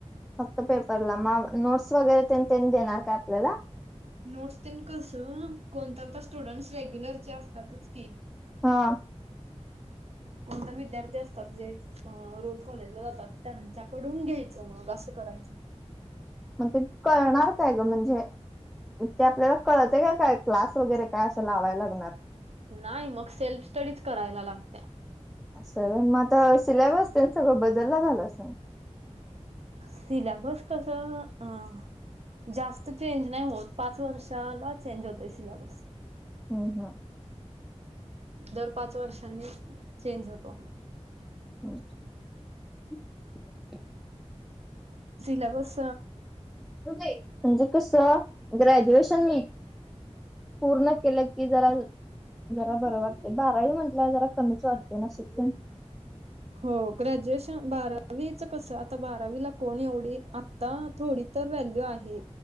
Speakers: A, in the centre; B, on the right.
A: फक्त पेपरला. मग नोट्स वगैरे तेन त्यांनी देणार काय आपल्याला?
B: नोट्स तेन कसं कोणता तर स्टुडंट्स रेग्युलरचे असतातच की.
A: हां.
B: कोणतर विद्यार्थी असतात जे अ रोज कॉलेजला जातात, त्यांच्याकडून घ्यायचं मग असं करायचं.
A: मग ते कळणार काय गं म्हणजे ते आपल्याला कळतंय का काय, क्लास वगैरे काय असं लावाय लागणार?
B: नाही मग सेल्फ स्टडीज करायला लागत्या.
A: असं हाय व्हय, मग आता सिलॅबस ते सगळं बदलला झाला असंन.
B: सिलॅबस कसं अ जास्त चेंज नाही होत, पाच वर्षाला चेंज होतंय सिलॅबस.
A: अं हं.
B: दर पाच वर्षांनी चेंज होतो.
A: <inaudible>
B: सिलॅबस
A: <unintelligible> म्हणजे कसं ग्रॅज्युएशन पूर्ण केलं की जरा जरा बरं वाटतंय. बारावी म्हंटल्यावर जरा कमीच वाटतंय ना शिक्षण.
B: हो ग्रॅज्युएशन बारावीचं कसं आता बारावीला कोण एवढी आ ता थोडी तर व्हॅल्यू आहे.